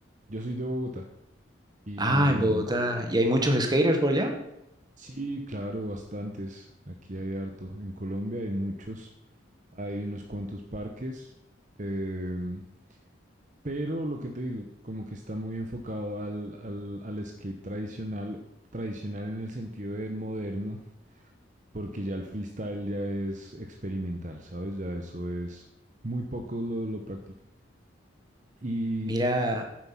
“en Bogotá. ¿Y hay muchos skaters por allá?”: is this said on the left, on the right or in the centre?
Right